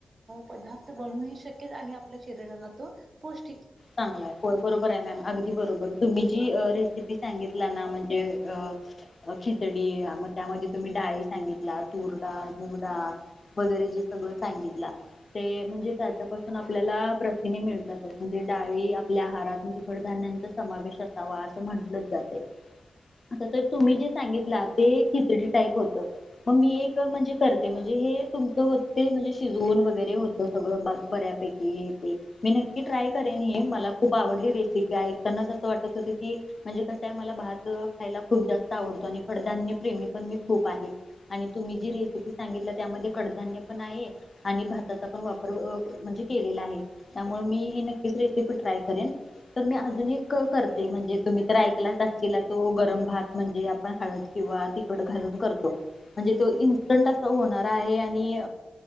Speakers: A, on the right; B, on the left.
A: पदार्थ बनू शकेल आणि आपल्या शरीराला तो पौष्टिक
B: चांगला होय, बरोबर आहे मॅम अगदी बरोबर तुम्ही जी रेसिपी सांगितला ना म्हणजे अ अ खिचडी म त्या मध्ये तुम्ही डाळी सांगितला तुर डाळ मुगडाळ. वगैरे जे सगळं सांगितला, ते म्हणजे त्याच्यापासून आपल्याला प्रथीने मिळतात. <unintelligible> डाळी आपल्या आहारात, म्हणजे कडधान्यांचा समावेश असावा असं म्हंटलंच जातय. आता तर तुम्ही जे सांगितला ते खिचडी टाईप होत, मग मी एक म्हणजे कर म्हणजे हे तुमचं होत, ते म्हणजे शिजवून वगैरे होत, सगळं बऱ्यापैकी हे ते मी नक्की ट्राय करेन हे, मला खूप आवडली रेसिपी, ऐकतानाच असं वाटत होत की म्हणजे कसं आहे मला भात खायला खूप जास्त आवडतो, आणि कडधान्य प्रेमी पण मी खूप आहे, आणि तुम्ही जी रेसिपी सांगितली त्यामध्ये कडधान्य पण आहे आणि भाताचा पण वापर म्हणजे केलेला आहे, त्यामुळे मी हे न. नक्कीच रेसिपि ट्राय करेन, तर मी अजून. करते, म्हणजे तुम्ही तर ऐकलाच असशीला. तिला तो गरम भात म्हणजे आपण हळत किंवा तिखट घालून करतो, म्हणजे तो इन्स्टंट अस होणार आहे, आणि.